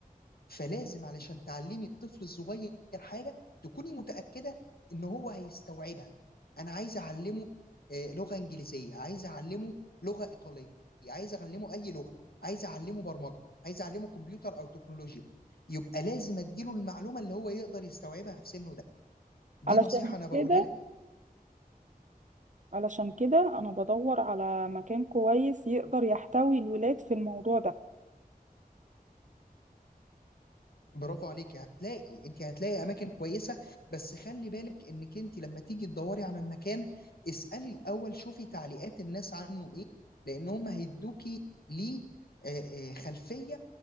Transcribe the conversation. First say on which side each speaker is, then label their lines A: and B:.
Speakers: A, on the left (about 75°); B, on the right (about 50°).
A: فلازم علشان تعلّمي الطفل الصغيّر حاجة، تكوني متأكدة إن هو هيستوعبها. أنا عايزة أعلّمه آآ لغة إنجليزية، عايزة أعلّمه لغة إيطالية، عايزة أعلّمه أي لغة، عايزة أعلّمه برمجة، عايزة أعلّمه كمبيوتر أو تكنولوجيا، يبقى لازم أدّي له المعلومة اللي هو يقدر يستوعبها في سِنُّه ده. دي
B: علشان
A: نصيحة أنا باقولها
B: كده
A: لِك
B: علشان كده انا بدور على مكان كويس يقدر يحتوي الولاد في الموضوع ده
A: برافو عليك هتلاقي انت هتلاقي اماكن كويسه بس خلي بالك انك انت لما تيجي تدوري على المكان اسالي الاول شوفي تعليقات الناس عنه ايه لان هم هيدوكي ليه آه، آه، خلفيه